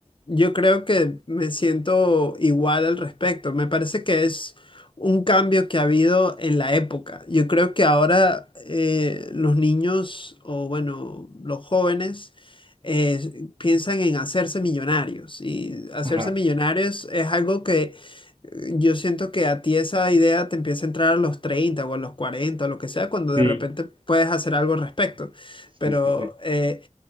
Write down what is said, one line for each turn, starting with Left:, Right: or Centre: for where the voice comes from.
Left: yo creo que me siento igual al respecto. Me parece que es un cambio que ha habido en la época. Yo creo que ahora eh, los niños o bueno, los jóvenes eh, piensan en hacerse millonarios y hacerse
Right: Ajá,
Left: millonarios es algo que eh, yo siento que a ti esa idea te empieza a entrar a los 30 o a los 40 o lo que sea, cuando de
Right: sí,
Left: repente puedes hacer algo al respecto. Pero
Right: sí, sí, sí,
Left: eh,